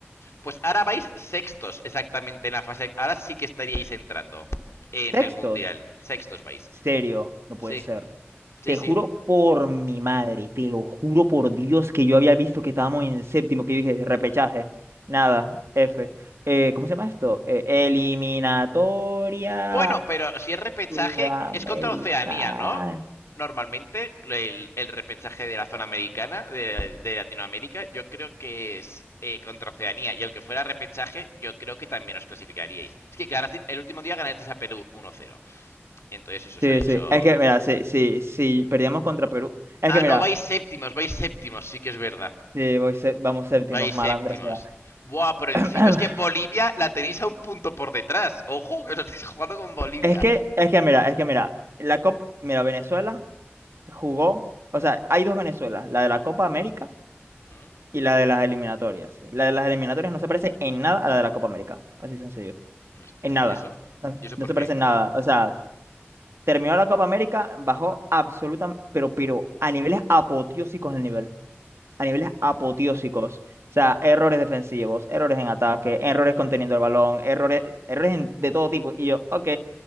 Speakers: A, on the left; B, on the right.
A: pues ahora vais sextos exactamente en la fase. Ahora sí que estaríais entrando en
B: Sextos.
A: el Mundial. Sextos vais.
B: Serio, no puede
A: Sí,
B: ser.
A: sí,
B: Te
A: sí.
B: juro por mi madre, te lo juro por Dios que yo había visto que estábamos en séptimo, que yo dije, repechaje. Nada, F. Eh, ¿cómo se llama esto? Eh, eliminatoria
A: Bueno, pero si es repechaje,
B: sudamericana.
A: es contra Oceanía, ¿no? Normalmente el, el repechaje de la zona americana, de, de Latinoamérica, yo creo que es eh, contra Oceanía. Y aunque fuera repechaje, yo creo que también os clasificaríais. Es que ganaste- el último día ganasteis a Perú 1-0. Entonces eso os
B: Sí,
A: ha hecho...
B: sí. Es que, mira, si, si, si perdíamos contra Perú. Es que,
A: Ah,
B: mira,
A: no, vais séptimos, vais séptimos, sí que es verdad.
B: si voy sé- vamos séptimos,
A: Vais
B: malandra
A: séptimos.
B: sea.
A: Buah, pero encima
B: <clears throat>
A: es que Bolivia la tenéis a un punto por detrás. Ojo, que os estáis jugando con Bolivia.
B: Es que, es que, mira, es que, mira, la Copa, mira, Venezuela jugó, o sea, hay dos Venezuelas, la de la Copa América
A: ¿Mm?
B: y la de las eliminatorias. La de las eliminatorias no se parece en nada a la de la Copa América, así sencillo,
A: Hostias,
B: en nada,
A: ¿y eso?
B: no,
A: ¿Y eso
B: no
A: por
B: se
A: qué?
B: parece en nada. O sea, terminó la Copa América, bajó absolutamente, pero, pero a niveles apoteósicos el nivel. a niveles
A: Ya,
B: apoteósicos. O sea, errores defensivos, errores en ataque, errores conteniendo el balón, errores, errores en- de todo tipo. Y yo, ok,